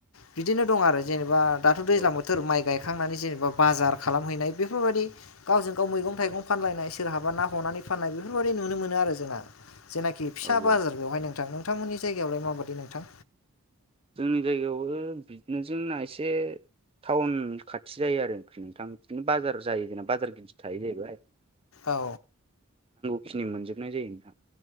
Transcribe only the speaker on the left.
बिदिनो दं आरो जेनेबा दाथ दैज्लां
बोथोर माइ गाय खांनानै जेनेबा बाजार खालामहैनाय बेफोरबायदि गावजों गाव मैगं थाइगं फानलायनाय सोरहाबा ना हमनानै। फाननाय बेफोरबायाददि नुनो मोनो आरो जोंना जेनाखि फिसा
बाजार
बेवहाय नों थां नोंथांमोननि जायगायावलाय माबायदि नोंथां।
औ।